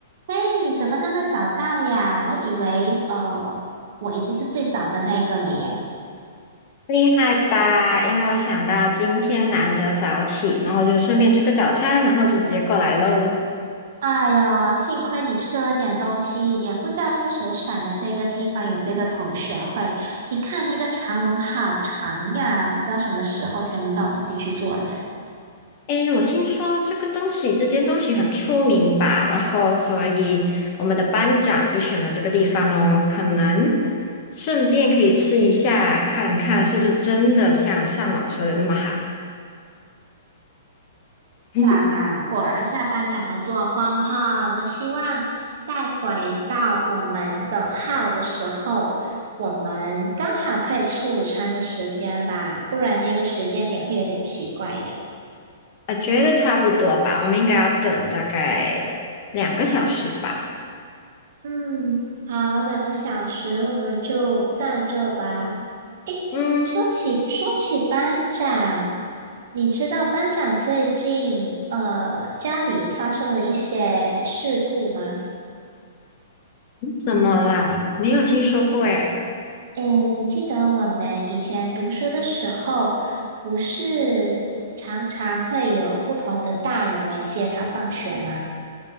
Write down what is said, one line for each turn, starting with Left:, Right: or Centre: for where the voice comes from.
Right: 哎，你怎么那么早到呀？我以为呃，我已经是最早的那个了耶。
Left: 厉害吧？因为我想到今天难得早起，然后就顺便吃个早餐，然后就直接过来喽。
Right: 哎呦，幸亏你吃了点东西，也不知道是谁选的这个地方有这个同学会。你看那个长龙好长呀，不知道什么时候才能到我们进去坐呢。
Left: 诶，我听说这个东西，这间东西很出名吧？然后，所以我们的班长就选了这个地方哦，可能顺便可以吃一下，看看是不是真的像上网说的那么好。<laughs>
Right: 长啊，果然下班长的作风哈。我希望带回到我们的号的时候，我们刚好可以吃午餐的时间吧，不然那个时间点会有点奇怪耶。
Left: 我觉得差不多吧，我们应该要等大概两个小时吧。
Right: 嗯，好，两个小时我们就站这吧。诶，
Left: 嗯，
Right: 说起说起班长，你知道班长最近呃家里发生了一些事故吗？
Left: 怎么啦？没有听说过诶。
Right: 诶，你记得我们以前读书的时候，不是常常会有不同的大人来接他放学吗？